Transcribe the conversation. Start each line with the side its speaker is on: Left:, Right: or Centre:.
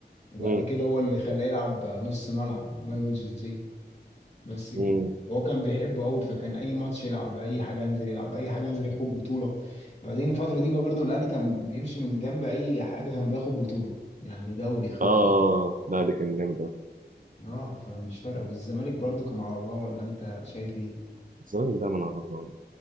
Left: وبعد
Right: مم.
Left: كده هو اللي خلاه يلعب نص ملعب مانويل جوزيه بس
Right: مم.
Left: كده هو كان بيحبه قوي فكان اي ماتش يلعب اي حاجه انزل يلعب اي حاجه انزل ياخد بطوله بعدين الفتره دي برضو الاهلي كان بيمشي من جنب اي حاجه كان بياخد بطوله يعني دوري خد
Right: اه لا
Left: ياخد
Right: ده كان جامد قوي
Left: اه فمش فارقه والزمالك برضو كان على الله ولا انت شايف ايه
Right: الزمالك دايما على الله